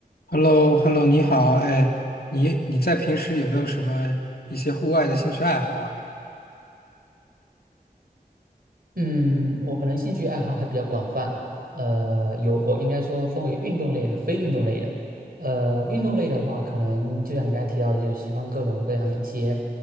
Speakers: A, on the left; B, on the right.
A: h e l l o h e l l o 你好，哎，你你在平时有没有什么一些户外的兴趣爱好啊？
B: 嗯，我可能兴趣爱好还比较广泛，呃，有我应该说分为运动类和非运动类的。呃，运动类的话，可能就像你刚才提到的，就是喜欢各种各样的一些